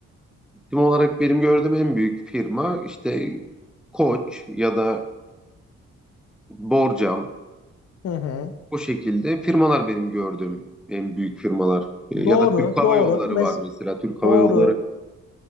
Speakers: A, in the centre; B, on the left.
A: Firma olarak benim gördüğüm en büyük firma işte Koç ya da Borcam.
B: Hı hı.
A: O şekilde firmalar benim gördüğüm en büyük firmalar. E, Ya
B: Doğru,
A: da Türk Hava
B: doğru.
A: Yolları
B: Mes-
A: var mesela. Türk Hava
B: doğru.
A: Yolları